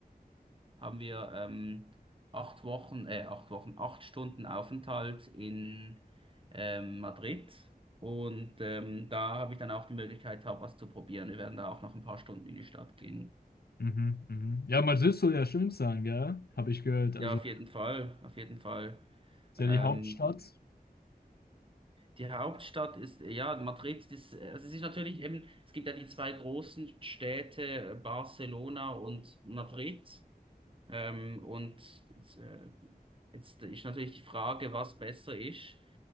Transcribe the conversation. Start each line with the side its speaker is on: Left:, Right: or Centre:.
Right: haben wir ähm, acht Wochen, äh, acht Wochen, acht Stunden Aufenthalt in ähm, Madrid. Und ähm, da habe ich dann auch die Möglichkeit, Tapas zu probieren. Wir werden da auch noch ein paar Stunden in die Stadt gehen.
Left: mhm. Ja, Madrid soll ja schön sein, gell? Habe ich gehört. Also
Right: Ja, auf jeden Fall, auf jeden Fall.
Left: ist ja
Right: Ähm,
Left: die Hauptstadt.
Right: die Hauptstadt ist, ja, Madrid, das, also es ist natürlich eben, es gibt ja die zwei großen Städte, äh, Barcelona und Madrid. Ähm, und äh, jetzt ist natürlich die Frage, was besser ist.